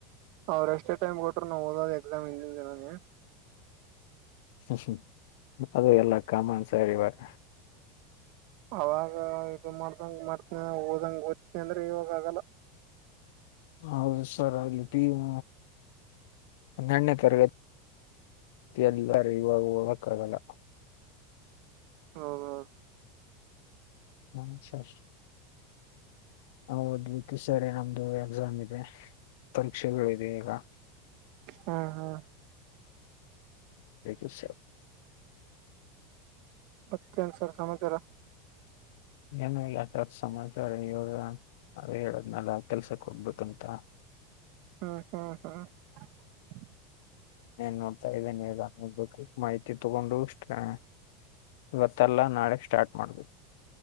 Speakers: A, on the right; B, on the left.
A: ಅವ್ರ ಎಷ್ಟೇ ಟೈಮ್ ಕೊಟ್ಟರು ನಾವು ಓದೋದ ಎಕ್ಸಾಮ್ ಹಿಂದಿನ ದಿನಾನೆ.
B: ಹ್ಮ ಅದು ಎಲ್ಲ ಕಾಮನ್ ಸರ್ ಇವಾಗ
A: ಅವಾಗ ಇದು ಮಾಡ್ದಂಗ ಮಾಡ್ತನಿ <unintelligible> ಓದಂಗ ಓದ್ತನಿ ಅಂದ್ರೆ ಇವಾಗ ಆಗಲ್ಲ.
B: ಹೌದು ಸರ್ ಟೀಮ್ ಹನ್ನೆರಡನೇ ತರಗತಿ ಎಲ್ಲರೂ <unintelligible> ಇವಾಗ ಹೋಗಕ್ಕ ಆಗಲ್ಲ.
A: ಹಾ ಹಾ
B: ಹ ಸರ್ ಹೌದ್ ಸರಿ <unintelligible> ಎಕ್ಸಾಮ್ ಇದೆ. ಪರೀಕ್ಷೆಗೆ <unintelligible> ಈಗ <unintelligible>
A: ಹಾ ಹಾ
B: <unintelligible>
A: ಮತ್ತೇನ್ ಸರ್ ಸಮಾಚಾರ.
B: ಏನು <unintelligible> ಸಮಾಚಾರ ಇವಾಗ ಅದೇ ಹೇಳದನಲ್ಲ ಕೆಲ್ಸಕ್ ಹೋಗ್ಬೇಕಂತ.
A: ಹ್ಮ ಹ್ಮ ಹಾ <unintelligible>
B: ಏನ್ ನೋಡ್ತಾ ಇದ್ದೇನೆ ಈಗ ನೋಡ್ಬೇಕು ಮಾಹಿತಿ ತಗೊಂಡು ಹ ಇವತ್ತಲ್ಲ ನಾಳೆ ಸ್ಟಾರ್ಟ್ ಮಾಡ್